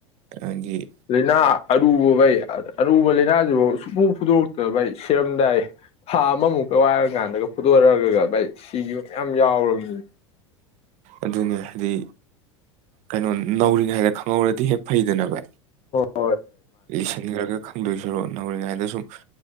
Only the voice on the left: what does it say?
ꯂꯅꯥ ꯑꯔꯨꯕꯕꯩ ꯑꯔꯨꯕ ꯂꯥꯏꯅꯥꯁꯤꯐꯥꯎ ꯁꯨꯛꯄꯨ ꯐꯨꯗꯣꯔꯛꯇꯅ ꯚꯥꯏ ꯁꯔꯝꯗꯥꯏ ꯊꯥ ꯑꯃꯃꯨꯛꯀ ꯋꯥꯏꯔ ꯀꯥꯟꯗꯒ ꯐꯨꯗꯣꯔꯒ ꯚꯥꯏ ꯁꯤꯒꯤ ꯌꯥꯝ ꯌꯥꯎꯔꯕꯅꯤ
ꯑꯣ